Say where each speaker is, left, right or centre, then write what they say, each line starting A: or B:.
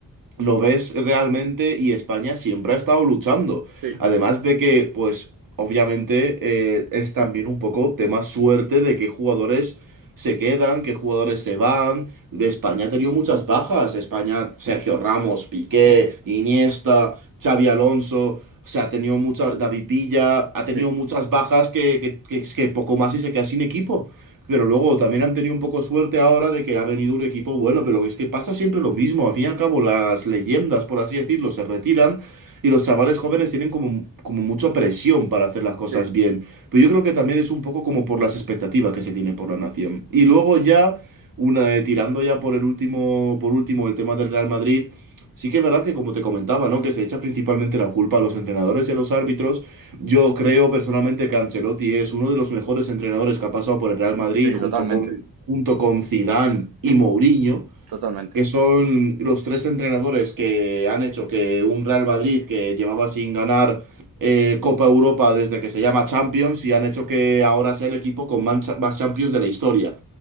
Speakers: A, on the right; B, on the right.
A: lo ves realmente y España siempre ha estado luchando.
B: Sí,
A: Además de que, pues, obviamente eh, es también un poco tema suerte de qué jugadores se quedan, qué jugadores se van. España ha tenido muchas bajas. España, Sergio Ramos, Piqué, Iniesta, Xavi Alonso. O sea, ha tenido muchas, David Villa, ha
B: sí,
A: tenido muchas bajas que, que, que, es que poco más y se queda sin equipo. Pero luego también han tenido un poco suerte ahora de que ha venido un equipo bueno, pero es que pasa siempre lo mismo. Al fin y al cabo, las leyendas, por así decirlo, se retiran y los chavales jóvenes tienen como, como mucha presión para hacer las cosas
B: sí,
A: bien. Pero yo creo que también es un poco como por las expectativas que se tienen por la nación. Y luego ya, una, eh, tirando ya por el último, por último, el tema del Real Madrid. Sí que es verdad que, como te comentaba, ¿no? Que se echa principalmente la culpa a los entrenadores y a los árbitros. Yo creo personalmente que Ancelotti es uno de los mejores entrenadores que ha pasado por el Real Madrid
B: sí,
A: junto
B: totalmente,
A: con, junto con Zidane y Mourinho,
B: totalmente.
A: que son los tres entrenadores que han hecho que un Real Madrid que llevaba sin ganar eh, Copa Europa desde que se llama Champions y han hecho que ahora sea el equipo con mancha- más Champions de la historia.